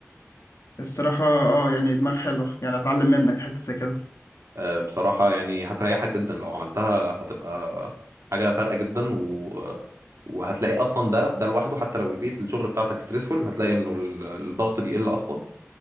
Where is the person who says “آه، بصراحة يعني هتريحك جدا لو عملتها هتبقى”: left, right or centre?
Right